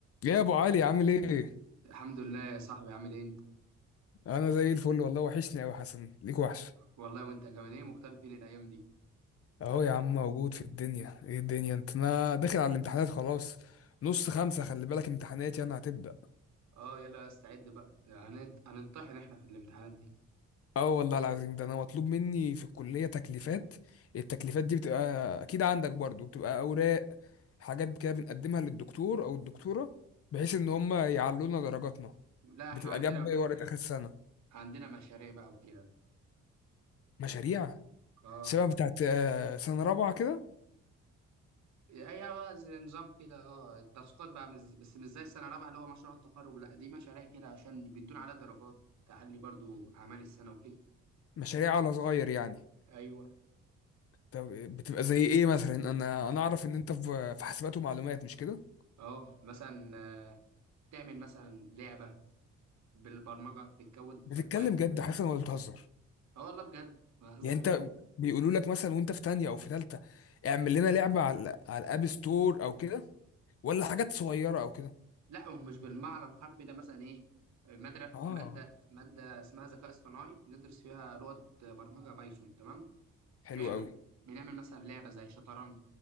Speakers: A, on the left; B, on the right.
A: ايه يا ابو علي عامل ايه
B: الحمد لله يا صاحبي عامل ايه انت
A: <laughs> انا زي الفل والله وحشني قوي حسن ليك وحش
B: والله وانت كمان ايه مختفي فين الايام دي
A: اهو يا عم موجود في الدنيا ايه الدنيا انت انا داخل على الامتحانات خلاص نص خمسة خلي بالك امتحاناتي انا هتبدأ
B: اه يلا استعد بقى هنت... هنطحن احنا في الامتحانات دي
A: اه والله العظيم ده انا مطلوب مني في الكلية تكليفات التكليفات دي بتبقى اكيد عندك برضو بتبقى اوراق حاجات كده بنقدمها للدكتور او الدكتورة بحيث ان هم يعلونا درجاتنا
B: لا
A: بتبقى
B: احنا عندنا
A: جنب
B: بقى،
A: ورقة اخر السنة
B: عندنا مشاريع بقى وكده
A: مشاريع
B: اه
A: شبه بتاعت آه، سنة رابعة كده
B: ايوه بقى زي نظام كده اه التاسكات بقى مز... بس مش زي السنه الرابعه اللي هو مشروع التخرج لا دي مشاريع كده عشان بيدونا عليها درجات تعلي برضو اعمال السنه وكده
A: مشاريع على صغير يعني
B: ايوه
A: طب بتبقى زي ايه مثلا انا انا اعرف ان انت في في حاسبات ومعلومات مش كده
B: اه مثلا آه، تعمل مثلا لعبه بالبرمجه بتكود
A: بتتكلم
B: اكواد
A: جد حسن ولا بتهزر
B: اه والله بجد ما بهزر
A: يعني انت
B: ليه
A: بيقولوا لك مثلا وانت في تانية او في تالتة اعمل لنا لعبة على على الاب ستور او كده ولا حاجات صغيرة او كده
B: لا هو مش بالمعنى الحرفي ده مثلا ايه مادة
A: اه
B: مادة مادة اسمها ذكاء اصطناعي بندرس فيها لغة برمجة بايثون تمام
A: حلو
B: بنعمل
A: قوي
B: بنعمل مثلا لعبة زي شطرنج